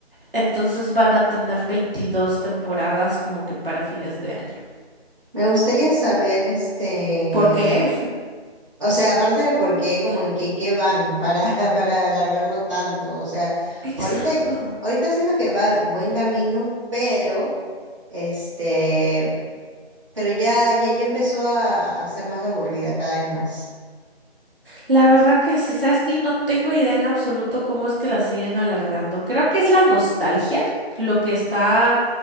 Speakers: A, on the right; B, on the right.
A: entonces van a tener 22 temporadas como que para fines de año.
B: Me gustaría saber, este,
A: ¿Por qué?
B: o sea, aparte de por qué, como en qué, qué van para, <laughs> para alargarlo tanto. O sea,
A: Exacto.
B: ahorita, ahorita siento que va buen camino, pero, este, pero ya, ya, ya empezó a, a ser más aburrida cada vez más.
A: La verdad que sí, sabes que no tengo idea en absoluto cómo es que la siguen alargando. Creo que es la nostalgia lo que está